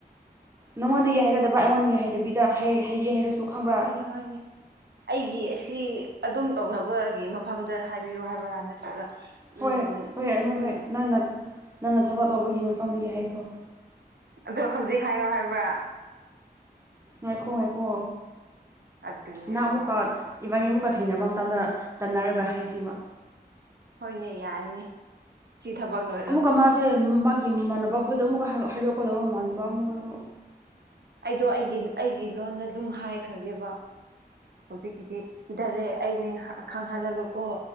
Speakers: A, on the right (about 15°); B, on the right (about 80°).
A: ꯅꯉꯣꯟꯗꯒꯤ ꯍꯥꯏꯒꯗꯕ ꯑꯩꯉꯣꯟꯗꯒꯤ ꯍꯩꯗꯕꯤꯗ ꯍꯩꯖꯦ ꯍꯥꯏꯔꯁꯨ ꯈꯪꯕ꯭ꯔꯥ
B: ꯍꯣꯢꯅꯦ ꯑꯩꯒꯤ ꯑꯁꯤ ꯑꯗꯨꯝ ꯇꯧꯅꯕꯒꯤ ꯃꯐꯝꯗ ꯍꯥꯏꯕꯤꯌꯨ ꯍꯥꯏꯕ꯭ꯔꯥ ꯅꯠꯇ꯭ꯔꯒ
A: ꯍꯣꯏ
B: ꯎꯝ
A: ꯍꯣꯏ
B: ꯎꯝ
A: ꯍꯣꯏ ꯍꯣꯏ ꯅꯪꯅ ꯅꯪꯅ ꯊꯕꯛ ꯇꯧꯕꯒꯤ ꯃꯐꯝꯗꯒꯤ ꯍꯥꯏꯈꯔꯣ
B: ꯑꯗꯣ ꯍꯧꯖꯤꯛ ꯍꯥꯏꯌꯣ ꯍꯥꯏꯕ꯭ꯔꯥ
A: ꯉꯥꯏꯈꯣ ꯉꯥꯏꯈꯣ
B: ꯑꯗꯨꯅꯦꯕ
A: ꯅꯪ ꯑꯃꯨꯛꯒ ꯏꯕꯥꯅꯤ ꯑꯃꯨꯛꯀ ꯊꯦꯡꯅꯕ ꯃꯇꯝꯗ ꯇꯟꯅꯔꯒ ꯍꯥꯏꯁꯤꯕ
B: ꯍꯣꯏꯅꯦ ꯌꯥꯏꯅꯦ ꯁꯤ ꯊꯕꯛ ꯂꯣꯢ
A: ꯑꯃꯨꯛꯀ ꯃꯥꯁꯦ ꯃꯥꯒꯤ ꯃꯥꯟꯅꯕ ꯑꯩꯈꯣꯏꯗꯣ ꯑꯃꯨꯛꯀ ꯍꯥꯏꯗꯣꯛꯀꯗꯕ ꯃꯅꯕ ꯑꯃꯨꯛꯀꯁꯨ
B: ꯑꯩꯗꯣ ꯑꯩꯒꯤ ꯑꯩꯒꯤ ꯂꯣꯟꯗ ꯑꯗꯨꯝ ꯍꯥꯏꯈ꯭ꯔꯒꯦꯕ ꯍꯧꯖꯤꯛꯀꯤꯗꯤ ꯗꯥꯔꯦꯛ ꯑꯩꯅꯦ ꯈꯪꯍꯜꯂꯒꯀꯣ